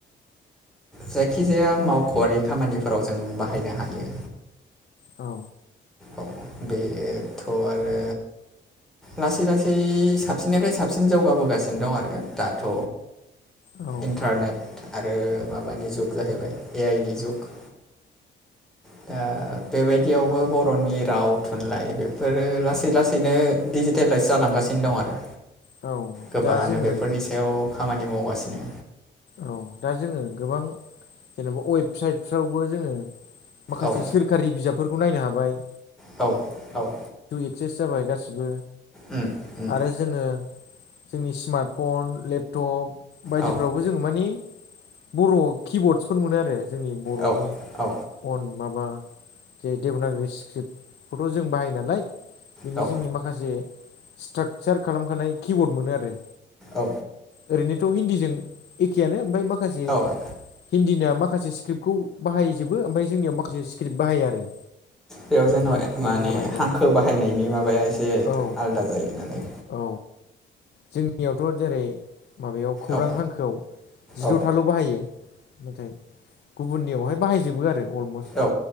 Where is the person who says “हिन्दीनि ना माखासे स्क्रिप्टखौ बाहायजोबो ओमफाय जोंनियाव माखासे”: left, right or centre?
Left